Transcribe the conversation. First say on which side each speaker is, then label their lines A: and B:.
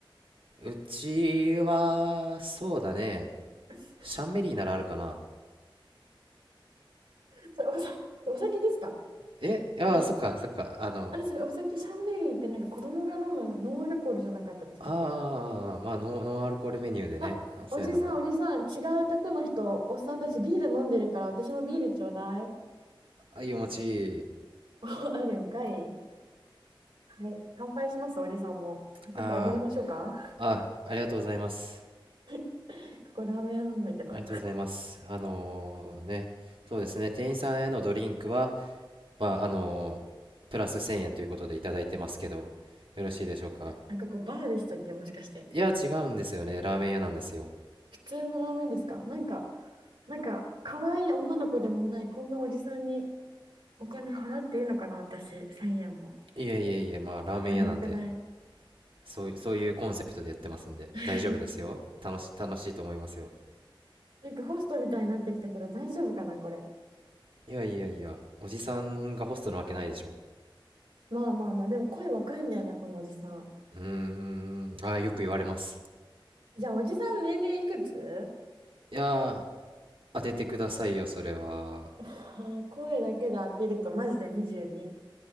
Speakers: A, on the right (about 70°); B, on the right (about 90°).
A: うちは、そうだね。
B: <laughs>
A: シャンメリーならあるかな。
B: それおさ、お酒ですか
A: え、いやー、
B: あれ
A: そっか、そっか。あの、
B: あれそれお酒シャンメリーってなんか子供が飲むノンアルコールじゃなかったでしたっけ
A: あー、まあ、ノン、ノンアルコールメニューでね。
B: あ、
A: そういうのも。
B: おじさんおじさん違う宅の人、おっさんたちビール飲んでるから私もビールちょうだい。
A: あ、いいお持ち。
B: <laughs> あるんかい。はい。乾杯します、おじさんも。
A: あ
B: 一杯おごりましょうか
A: ー、あ、ありがとうございます。
B: <laughs> ここラーメン屋なんだけど。
A: ありがとうございます。あのーね、そうですね、店員さんへのドリンクは、まあ、あのプラス1000円ということでいただいてますけど、よろしいでしょうか。
B: なんかこうバーでしたっけもしかして。
A: いや、違うんですよね、ラーメン屋なんですよ。
B: 普通のラーメンですかなんかなんか、可愛い女の子でもない、こんなおじさんにお金払っていいのかな、私、1円も。
A: いえいえいえ、まあ、ラーメン屋なんで、
B: ドリンク代。
A: そうい、そういうコンセプトでやってますんで、
B: <laughs>
A: 大丈夫ですよ。楽し、楽しいと思いますよ。
B: なんかホストみたいになってきたけど、大丈夫かな、これ。
A: いやいやいや、おじさんがホストなわけないでしょ。
B: まあまあまあ、でも声若いんだよな、このおじさん。
A: うーん、あーよく言われます。
B: じゃあ、おじさん年齢いくつ
A: いやー、当ててくださいよ、それは。
B: <laughs> 声だけで当てると、マジで22。